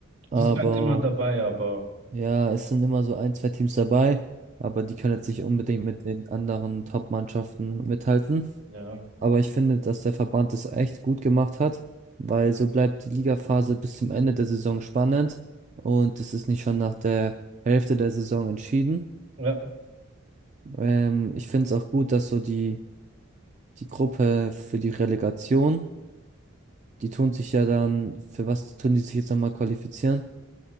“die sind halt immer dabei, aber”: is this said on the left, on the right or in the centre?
Right